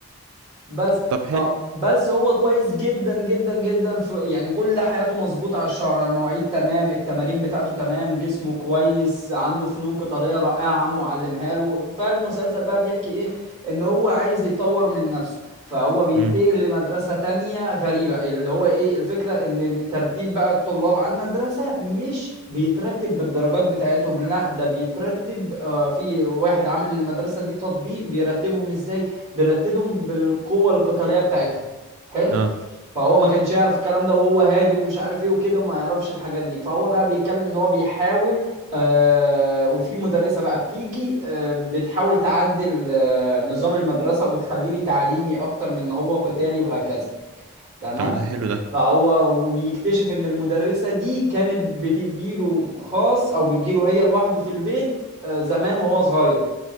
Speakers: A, on the right; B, on the right.
A: بس
B: طب
A: ف
B: حلو
A: بس هو كويس جدا جدا جدا في يعني كل حياته مظبوطة على الشعر على المواعيد تمام التمارين بتاعته تمام جسمه كويس عنده فنون قتالية رائعة عمه علمها له فالمسلسل بقى بيحكي ايه ان هو عايز يطور من نفسه فهو بينتقل
B: امم
A: لمدرسة تانية غريبة اللي هو ايه الفكرة ان ترتيب بقى الطلاب على المدرسة مش بيترتب بالدرجات بتاعتهم لا ده بيترتب آه، في واحد عامل المدرسة دي تطبيق بيرتبهم ازاي بيرتدهم بالقوه القتاليه بتاعتهم حلو
B: اه
A: فهو ما كانش يعرف الكلام ده وهو هادي ومش عارف ايه وكده وما يعرفش الحاجات دي فهو بقى بيتكلم ان هو بيحاول آه وفي مدرسه بقى بتيجي آه بتحاول تعدل آه نظام المدرسه وبتخليه تعليمي اكتر من ان هو قتالي وهكذا تمام
B: طب ما ده حلو ده
A: فهو وبيكتشف ان المدرسه دي كانت بتديله خاص او بتجيله هي لوحده في البيت آه زمان وهو صغير